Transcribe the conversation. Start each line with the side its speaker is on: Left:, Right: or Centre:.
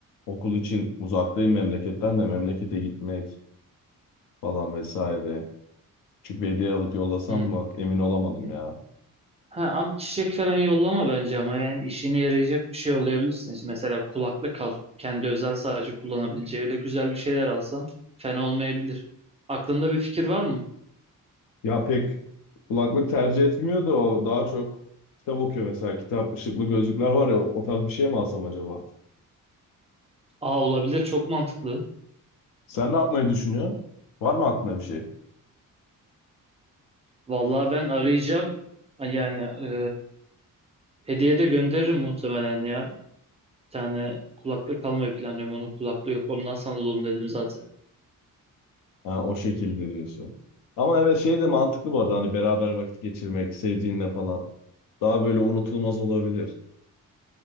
Left: okul için uzaktayım memleketten de memlekete gitmek falan vesaire. Küçük bir hediye alıp yollasam
Right: Hı.
Left: mı emin olamadım ya.
Right: Ha, ama çiçek falan yollama bence ama yani işine yarayacak bir şey yollayabilirsin. İşte mesela kulaklık al. Kendi özel sadece kullanabileceği öyle güzel bir şeyler alsan fena olmayabilir. Aklında bir fikir var mı?
Left: Ya pek kulaklık tercih etmiyor da o daha çok kitap okuyor mesela. Kitap, ışıklı gözlükler var ya o tarz bir şey mi alsam acaba?
Right: Aa olabilir çok mantıklı.
Left: Sen ne yapmayı düşünüyorsun? Var mı aklına bir şey?
Right: Vallahi ben arayacağım. Yani e, hediye de gönderirim muhtemelen ya. Bir tane kulaklık almayı planlıyorum. Onun kulaklığı yok. Ondan sana alalım dedim zaten.
Left: Ha, o şekilde diyorsun. Ama evet şey de mantıklı bu arada hani beraber vakit geçirmek sevdiğinle falan. Daha böyle unutulmaz olabilir.